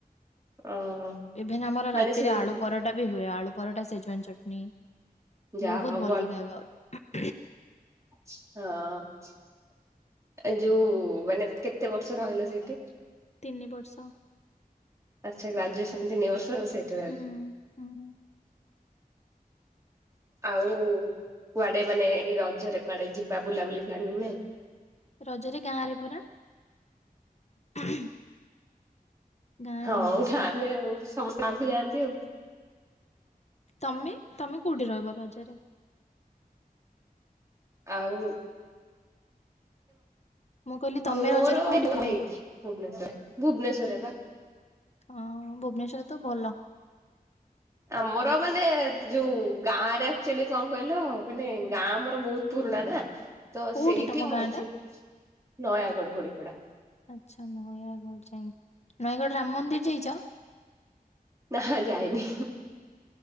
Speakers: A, on the right (about 20°); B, on the left (about 45°).
A: ଓହୋ
B: ଇଭିନ୍ ଆମର
A: ମାନେ
B: ରାତିରେ
A: ସେ
B: ଆଳୁ ପରଟା ବି ହୁଏ ଆଳୁ ପରଟା ସେଜୱାନ୍ ଚଟନି
A: ଯାହା
B: ବହୁତ
A: ହଉ
B: ଭଲ ଖାଇବା <unintelligible>
A: <inaudible> ହଁଅଅ ଏ ଯୋଉ ମାନେ କେତେ ବର୍ଷ ରହିଲ ସେଇଠି?
B: ତିନି ବର୍ଷ।
A: ଆଚ୍ଛା ଗ୍ରାଜୁଏସ୍ <unintelligible> ବର୍ଷ ସେଇଠି ରହିଲ।
B: ହୁଁ ହୁଁ।
A: ଆଉଉ କୁଆଡେ ମାନେ ଏଇ ରଜରେ କୁଆଡେ ଯିବା ବୁଲାବୁଲି ପ୍ଲାନିଂ ନାହିଁ
B: ରଜରେ ଗାଁ ରେ ପରା। <unintelligible> ଗାଁ
A: ହଉ
B: ରେ ହିଁ।
A: ଗାଁରେ ଆଉ। ସମସ୍ ଗାଁକୁ ଯାଆନ୍ତି ଆଉ।
B: ତମେ? ତମେ କୋଉଠି ରହିବ ରଜରେ?
A: ଆଉ
B: ମୁଁ କହିଲି ତମେ
A: ମୋର
B: ରଜରେ
A: <unintelligible>
B: କୋଉଠି
A: ମୋଏଇଠି
B: ଥିବ?
A: ଭୁବନେଶ୍ଵର ଭୁବନେଶ୍ବରରେ ବା।
B: ହଁଅଅ ଭୁବନେଶ୍ବରରେ ତ ଭଲ।
A: ଆମର ମାନେ ଯୋଉ ଗାଁରେ ଆକ୍ଚୁଆଲି କଣ କହିଲ ମାନେ ଗାଁ ଆମର ବହୁତ ପୁରୁଣା ନା ତ
B: କୋଉଠି
A: ସେଇଠି
B: ତମ
A: ମଝି
B: ଗାଁଆଟା?
A: ନୟାଗଡ ଗୋଡିପଡା
B: ଆଚ୍ଛା ନୟାଗଡ ଯାଇ, ନୟାଗଡ ରାମ ମନ୍ଦିର ଯାଇଚ?
A: ନା ଯାଇନି।